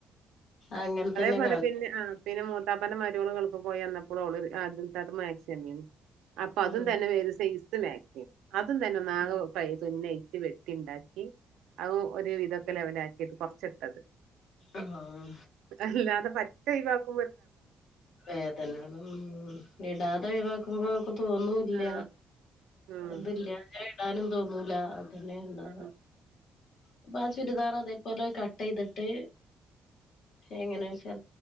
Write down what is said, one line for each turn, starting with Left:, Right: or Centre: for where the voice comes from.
Left: അങ്ങനെ
Right: അതേപോലെ
Left: തന്നെ കാണും
Right: പിന്നെ ആഹ് പിന്നെ മൂത്താപ്പാൻ്റെ മരുമോള് ഗൾഫിൽ പോയിന്നപ്പോ ഓള് അത് മാക്സി തന്നീനു അപ്പൊ അതും
Left: ഉം
Right: തന്നെ വേറെ സൈസ് മാക്സി അതും തന്നെ ഒന്നാ
Left: ഉം
Right: തുന്നയി വെട്ടി ഉണ്ടാക്കി അത് ഒരു ഇതൊകേ ലെവലാക്കിട്ട് കൊറച്ചിട്ടത്
Left: ആഹ്
Right: അല്ലാത പറ്റ ഒഴിവ
Left: വേദന ഉ ഇടാതെ ഒഴിവാക്കുമ്പോ തോന്നൂില്ല
Right: ആഹ് ഉം
Left: ഇതില്ല ഇടാനും തോന്നൂല തന്നെ ഉണ്ടാവ
Right: ഉം
Left: അപ്പ ആ ചുരിദാർ അതേപോലെ കട്ട് ചെയ്തിട്ട് എങ്ങനെ ചെ